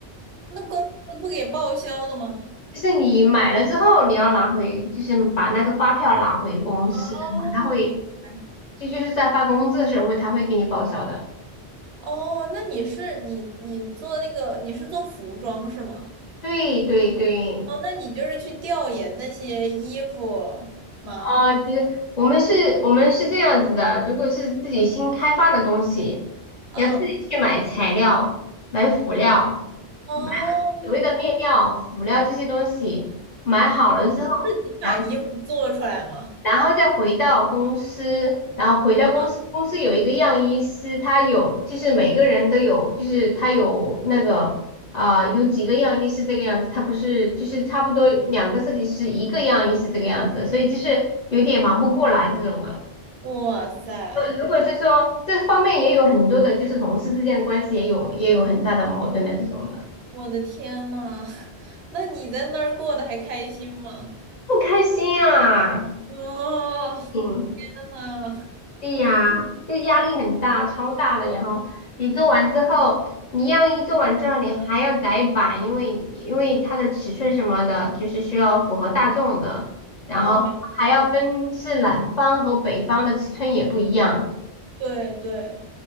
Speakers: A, on the right; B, on the left.
A: 那公司不给报销的吗？
B: 就是你买了之后，你要拿回，就是把那个发票拿回公司，
A: 哦，
B: 他会，
A: 明白。
B: 这就是在发工资的时候会，他会给你报销的。
A: 哦，那你是你你做那个你是做服装是吗？
B: 对对对，
A: 哦，那你就是去调研那些衣服吗？
B: 哦，就是我们是，我们是这样子的，如果是自己新开发的东西，
A: 嗯，
B: 要自己去买材料、买辅料、
A: 哦，
B: 买所谓的面料、辅料这些东西，买好了之后，
A: 自己把衣服做出来吗？
B: 然后。然后再回到公司，然后回到公司，
A: 嗯
B: 公司有一个样衣师，他有就是每个人都有，就是他有那个啊、有几个样衣是这个样子，他不是就是差不多两个设计师一个样衣是这个样子，所以就是有点忙不过来这种的。
A: 哇塞，
B: 如果是说这方面也有很多的，就是同事之间的关系也有也有很大的矛盾的这种的，
A: 我的天呐，<laughs> 那你在那儿过得还开心吗？
B: 不开心啊，
A: 哦，
B: 嗯。
A: 天呐，
B: 对呀，就压力很大，超大的。然后你做完之后，你样衣做完之后，你还要改版，因为因为它的尺寸什么的，就是需要符合大众的，然后还要分，
A: 哦，没事，
B: 就是南方和北方的尺寸也不一样，
A: 对对，